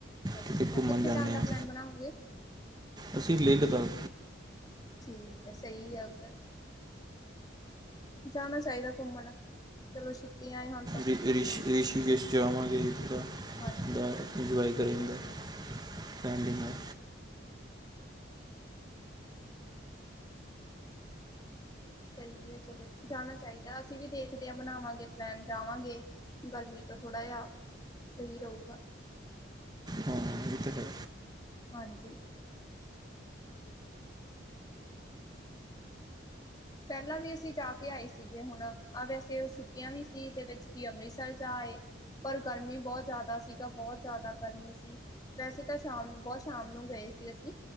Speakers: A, on the left; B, on the right.
A: ਅੱਛਾ
B: ਕਿਤੇ ਘੁੰਮਣ
A: ਕਿੱਥੇ
B: ਜਾਂਦੇ
A: ਜਾਣ ਦਾ
B: ਹਾਂ
A: ਪਲੈਨ ਬਣਾਓਗੇ
B: ਅਸੀਂ ਲੇ ਲੱਦਾਖ
A: ਠੀਕ ਹੈ ਸਹੀ ਆ ਉੱਧਰ ਜਾਣਾ ਚਾਹੀਦਾ ਘੁੰਮਣ ਚਲੋ ਛੁੱਟੀ ਆਏ ਹਾਂ
B: ਰਿਸ਼ੀ ਰਿਸ਼ੀਕੇਸ਼ ਜਾਵਾਂਗੇ ਜਿਦਾ
A: ਹਾਂਜੀ
B: <inaudible> ਇੰਜੋਏ ਕਰਦਾ ਫੈਮਲੀ ਨਾਲ
A: ਸਹੀ ਹੈ ਚਲੋ ਜਾਣਾ ਚਾਹੀਦਾ ਅਸੀਂ ਵੀ ਦੇਖ ਆਂ ਬਣਾਵਾਂਗੇ ਪਲੈਨ ਜਾਵਾਂਗੇ ਗਰਮੀ ਤੋਂ ਥੋੜਾ ਜਾਿਹਾ ਸਹੀ ਰਹੇਗਾ
B: ਹਾਂ ਇਹ ਤਾਂ ਹੈ
A: ਹਾਂਜੀ ਪਹਿਲਾਂ ਵੀ ਅਸੀਂ ਜਾ ਕੇ ਆਏ ਸੀਗੇ ਹੁਣ ਆਹ ਵੈਸੇ ਛੁੱਟੀਆਂ ਵੀ ਸੀ ਤੇ ਵਿੱਚ ਜ ਅੰਮ੍ਰਿਤਸਰ ਜਾ ਆਏ ਪਰ ਗਰਮੀ ਬਹੁਤ ਜ਼ਿਆਦਾ ਸੀਗਾ ਬਹੁਤ ਜ਼ਿਆਦਾ ਗਰਮੀ ਸੀ ਵੈਸੇ ਤਾਂ ਸ਼ਾਮ ਨੂੰ ਬਹੁਤ ਸ਼ਾਮ ਨੂੰ ਗਏ ਸੀ ਅਸੀਂ